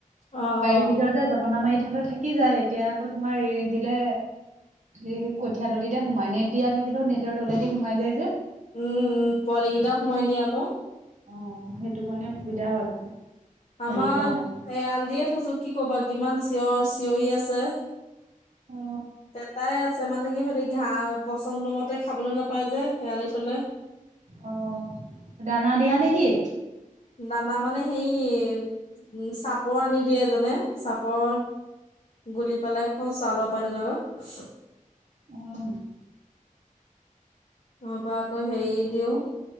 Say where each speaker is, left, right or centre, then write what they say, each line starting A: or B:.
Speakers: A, on the left; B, on the right.
A: অ অ
B: বাৰীৰ ভিতৰতে জপনা মাৰি থলে থাকি যায় এতিয়া আকৌ তোমাৰ এৰি দিলে, সেই কঠীয়া তলিতে সোমায়, নেট দিয়া থাকিলেও নেটৰ তলেদি সোমাই যায় যে।
A: উম উম পোৱালিকেইটাও সোমাই দিয়া আক,
B: অ সেইটো কাৰণে অসুবিধা হয় মানে।
A: আমাৰ
B: হেৰি থোৱা নাই
A: এ আলডিয়ে থৈছো কি ক'বা কিমান চিঞৰ চিঞৰি আছে।
B: অ
A: পেপাই আছে মানে কি হিওতি, ধা পছন্দমতে খাবলৈ নাপায় যে এৰালি থলে,
B: অ' দানা দিয়া নেকি?
A: দানা মানে হে ই চাপৰ আনি দিয়ে এজনে চাপৰ, গুলি পেলাই খোৱাও চাউলৰ পানী লগত।
B: আহ
A: তা পা আকৌ হেৰি দিও